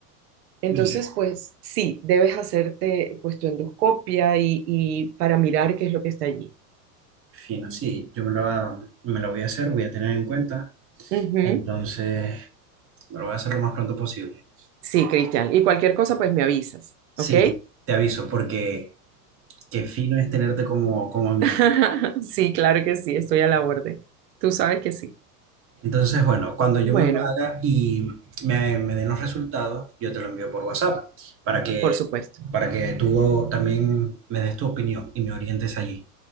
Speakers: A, on the right; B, on the right.
A: Entonces,
B: Mira.
A: pues sí, debes hacerte pues tu endoscopia y, y para mirar qué es lo que está allí.
B: Fino, sí, yo me lo, va- me lo voy a hacer, voy a tener en cuenta,
A: Ujú.
B: entonces me lo voy a hacer lo más pronto posible.
A: Sí, Cristian. Y cualquier cosa, pues me avisas,
B: Sí,
A: ¿ok?
B: te aviso, porque qué fino es tenerte como, como amiga.
A: <laughs> Sí, claro que sí, estoy a la orden. Tú sabes que sí.
B: Entonces, bueno, cuando yo
A: Bueno,
B: me lo haga y me, me den los resultados, yo te lo envío por WhatsApp para que,
A: por supuesto.
B: para que tú también me des tu opinión y me orientes allí.